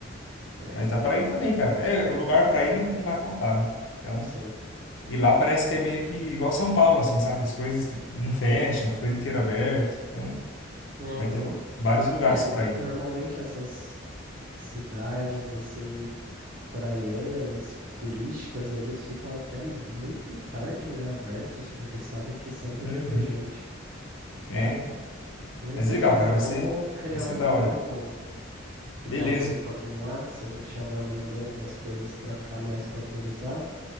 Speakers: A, on the right; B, on the left.
A: É,
B: Mas dá pra ir também, cara. É, o lugar pra ir não, não vai faltar, né? Então,
A: sim.
B: E lá parece que é meio que igual São Paulo, assim, sabe? As coisas, tipo, não fecham, fica o dia inteiro aberto. Então,
A: Uhum.
B: vai ter lu- vários lugares
A: É,
B: para ir.
A: normalmente essas cidades assim praianas, turísticas, eles ficam até muito tarde, né, abertos, porque sabem que sempre
B: Uhum.
A: vai ter gente.
B: É, então.
A: Mas
B: Mas
A: beleza,
B: legal, cara, vai
A: vamos
B: ser,
A: criar
B: vai ser
A: um
B: da
A: grupo,
B: hora.
A: criar
B: Beleza.
A: o grupo aqui no Whats, a gente já vai mandando umas coisas para ficar mais roteirizado